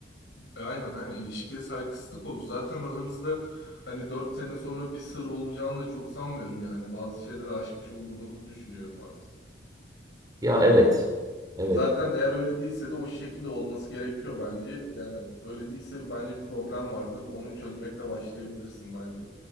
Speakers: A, on the left (about 65°); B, on the right (about 20°).
A: E, aynen aynen ilişkiye saygısızlık olur. Zaten aranızda hani 4 sene sonra bir sır olacağını da çok sanmıyorum yani. Bazı şeyleri aşmış olduğunuzu düşünüyorum artık.
B: Ya
A: Yani.
B: evet. Evet.
A: Zaten eğer öyle değilse de o şekilde olması gerekiyor bence. Yani öyle değilse bence bir problem vardır. Onu çözmekle başlayabilirsin bence.